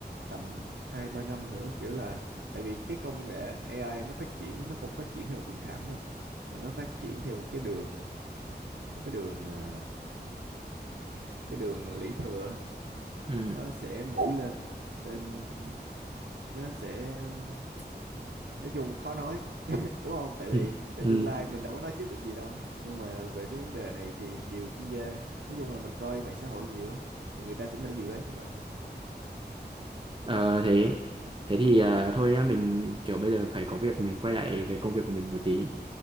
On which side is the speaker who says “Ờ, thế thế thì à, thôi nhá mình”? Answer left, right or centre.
Right